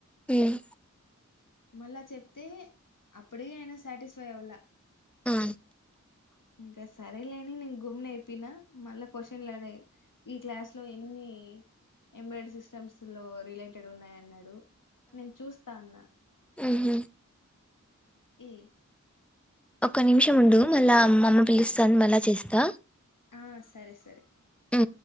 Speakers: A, in the centre; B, on the left (about 80°).
A: ఉమ్
B: మళ్ళా చెప్తే అప్పుడి అయినా సాటిస్ఫై అవాల
A: ఆ
B: ఇంక సరేలే అని నే గుమ్న అయిపోయినా మళ్ళా క్వశ్చన్లుడ ఈ క్లాస్ లో ఎన్ని ఎంబిడ్ సిస్టమ్స్ లో రిలేటెడ్ ఉన్నాయ అన్నాడు నేను చూస్తా అన్నా
A: అహ
B: ఏ
A: ఒక నిమిషం ఉండు మళ్ళా అమ్ అమ్మ పిలుస్తా మళ్ళా చేస్తా
B: ఆ సరే సరే
A: అ